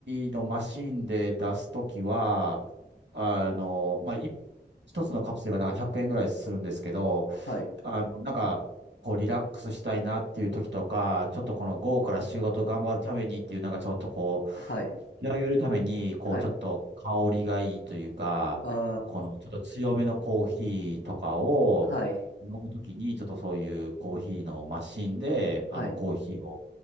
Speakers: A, on the right (about 70°); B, on the left (about 70°).
A: ーのマシーンで出すときは、あの、まあ、い一つのカプセルがなんか100円ぐらいするんですけど、
B: はい、
A: あの、なんか、こう、リラックスしたいなっていう時とか、ちょっとこの午後から仕事頑張るためにっていう、なんかちょっとこう、
B: はい、
A: 気合を入れるために、こう、
B: はい、
A: ちょっと香りがいいというか、
B: あ
A: このちょっと強めのコーヒーとかを飲むときに、
B: ー、はい、
A: ちょっとそういうコーヒーのマシンで、あの、
B: はい。
A: コーヒーを